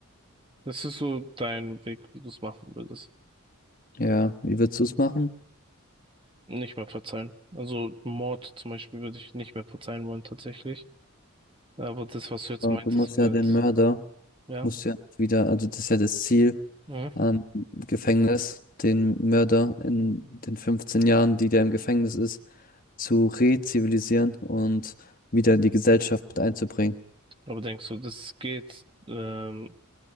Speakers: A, on the right; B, on the left.
A: Das ist so dein Weg, wie du es machen würdest.
B: Ja, wie würdest du es machen?
A: Nicht mehr verzeihen. Also Mord zum Beispiel würde ich nicht mehr verzeihen wollen, tatsächlich. Aber das, was du jetzt
B: Aber
A: meintest,
B: Du musst ja
A: wird,
B: den Mörder
A: ja.
B: musst du ja wieder, also das ist ja das Ziel
A: Mhm.
B: am Gefängnis, den Mörder in den 15 Jahren, die der im Gefängnis ist, zu rezivilisieren und wieder in die Gesellschaft mit einzubringen.
A: Aber denkst du, das geht, ähm,